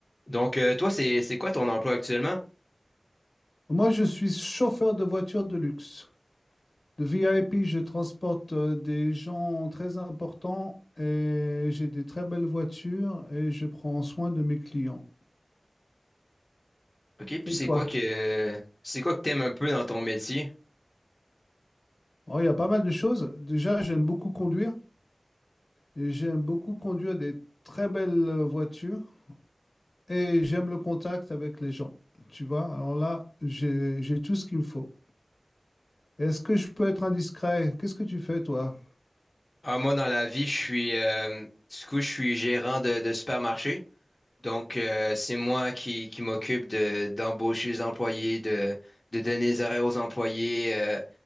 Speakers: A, on the left; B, on the left.
A: Donc, euh, toi, c'est c'est quoi ton emploi actuellement?
B: Moi, je suis chauffeur de voiture de luxe. De VIP, je transporte euh, des gens très importants et j'ai des très belles voitures et je prends soin de mes clients.
A: OK, puis
B: Et
A: c'est
B: toi?
A: quoi que c'est quoi que t'aimes un peu dans ton métier?
B: Oh, il y a pas mal de choses. Déjà, j'aime beaucoup conduire et j'aime beaucoup conduire des très belles euh, voitures et j'aime le contact avec les gens. Tu vois, alors là, j'ai j'ai tout ce qu'il me faut. Est-ce que je peux être indiscret? Qu'est-ce que tu fais, toi?
A: Ah, moi, dans la vie, je suis euh, du coup, je suis gérant de, de supermarché. Donc, euh, c'est moi qui, qui m'occupe de d'embaucher les employés, de, de donner les horaires aux employés, euh,